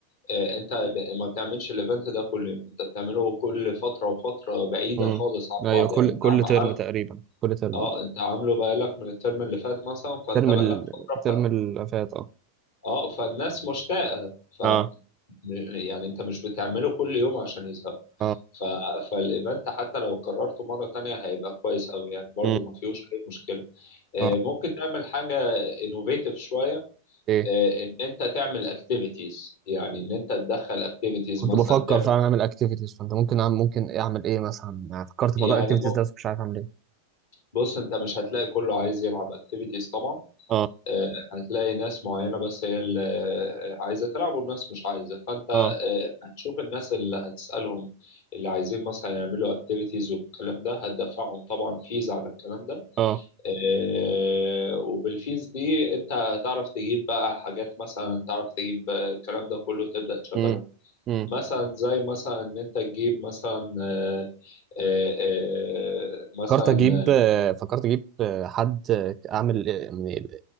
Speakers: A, on the left; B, on the right.
A: آه، انت ب- ما بتعملش الايفنت ده كل يوم انت بتعمله كل فتره وفتره بعيده
B: امم
A: خالص عن
B: ايوه
A: بعض يعني
B: كل
A: انت
B: كل
A: عم... عم-
B: ترم تقريبا كل ترم
A: اه
B: اه
A: انت عامله بقالك من الترم اللي فات مثلا فانت
B: ترم
A: بقالك
B: ال...
A: فتره
B: ترم
A: ف...
B: اللي فات اه
A: اه فالناس مشتاقه ف
B: اه
A: م- يعني انت مش بتعمله كل يوم عشان يزهق
B: اه
A: ف... فالايفنت حتى لو قررته مره تانية هيبقى كويس قوي يعني برضو
B: مم.
A: ما فيهوش اي مشكله آه،
B: اه
A: ممكن تعمل حاجه انوفيتيف شويه
B: ايه
A: آه، ان انت تعمل اكتيفيتيز يعني ان انت تدخل اكتيفيتيز
B: كنت
A: مثلا
B: بفكر
A: تعمل
B: فعلا اعمل اكتيفيتيز فانت ممكن أعمل ممكن اعمل ايه مثلا يعني فكرت في
A: يعني
B: موضوع الاكتيفيتيز ده بس مش عارف اعمل ايه
A: بص انت مش هتلاقي كله عايز يلعب اكتيفيتيز طبعا
B: اه
A: آه، هتلاقي ناس معينة بس هي اللي آه، عايزة تلعب والناس مش عايزة فانت آه،
B: اه
A: هتشوف الناس اللي هتسألهم اللي عايزين مثلا يعملوا اكتيفيتيز والكلام ده هتدفعهم طبعا فيز على الكلام ده
B: اه
A: آه، وبالفيز دي انت هتعرف تجيب بقى حاجات مثلا تعرف تجيب آه، الكلام ده كله تبدأ تشغلهم
B: امم امم
A: مثلا زي مثلا ان انت تجيب مثلا آه، آه، آه، مثلا
B: فكرت اجيب آه، فكرت اجيب آه، حد آه، اعمل آه، يعني